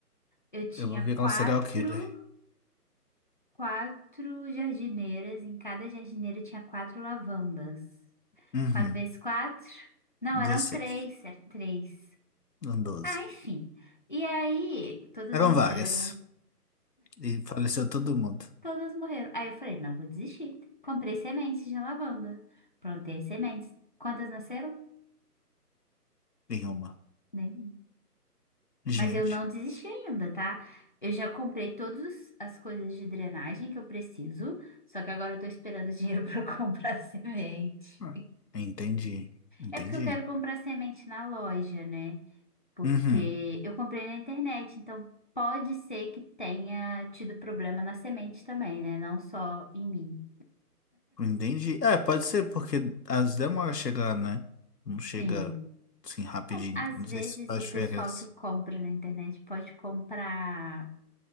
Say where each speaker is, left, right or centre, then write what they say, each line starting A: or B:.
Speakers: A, on the left; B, on the left.
A: eu tinha
B: Eu vou virar
A: quatro,
B: um serial killer.
A: quatro jardineiras. Em cada jardineira tinha quatro lavandas.
B: Uhum.
A: Quatro vezes quatro? Não, eram
B: dezesseis
A: três, era três.
B: Não 12.
A: Ah, enfim. E aí, todas
B: Eram
A: morreram.
B: várias. E faleceu todo mundo
A: Todas morreram. Aí eu falei, não vou desistir. Comprei sementes de lavanda. Plantei as sementes. Quantas nasceram?
B: em uma.
A: Nenhuma.
B: Gente.
A: Mas eu não desisti ainda, tá? Eu já comprei todas as coisas de drenagem que eu preciso, só que agora eu tô esperando dinheiro <laughs> para comprar semente.
B: Hum. Entendi, entendi.
A: É porque eu quero comprar semente na loja, né? Porque
B: Uhum,
A: eu comprei na internet, então pode ser que tenha tido problema na semente também, né? Não só em mim.
B: entendi. É, pode ser, porque as demoras chegar, né? Não chega
A: Sim.
B: assim rapidinho.
A: Não, Às
B: Não
A: vezes
B: sei se faz
A: o
B: diferença.
A: pessoal que compra na internet pode comprar.